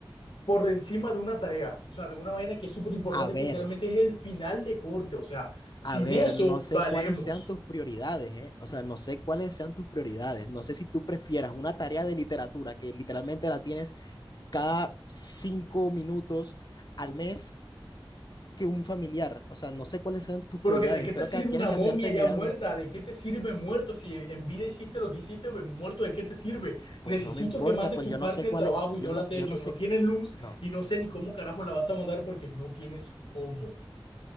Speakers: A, on the left; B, on the left.
A: por encima de una tarea? O sea, de una vaina que es súper importante,
B: A ver,
A: que literalmente es el final de corte. O sea, sin
B: a ver,
A: eso
B: no sé
A: valemos.
B: cuáles sean tus prioridades, ¿eh? O sea, no sé cuáles sean tus prioridades. No sé si tú prefieras una tarea de literatura que literalmente la tienes cada cinco minutos al mes que un familiar. O sea, no sé cuáles sean tus
A: Pero
B: prioridades.
A: que, ¿de qué
B: Yo
A: te
B: creo
A: sirve
B: que tienes
A: una
B: que
A: momia
B: hacerte
A: ya
B: mirar
A: muerta?
B: un,
A: ¿De qué te sirve muerto? Si en, en vida hiciste lo que hiciste, pues, muerto, ¿de qué te sirve?
B: Pues
A: Necesito
B: no me importa,
A: que mandes
B: pues
A: tu
B: yo
A: parte
B: no sé
A: del
B: cuál
A: trabajo
B: es, yo
A: y no la
B: no,
A: has hecho.
B: yo no
A: No
B: sé,
A: tienes luz
B: no,
A: y no sé ni cómo carajo la vas a mandar porque no tienes cómo.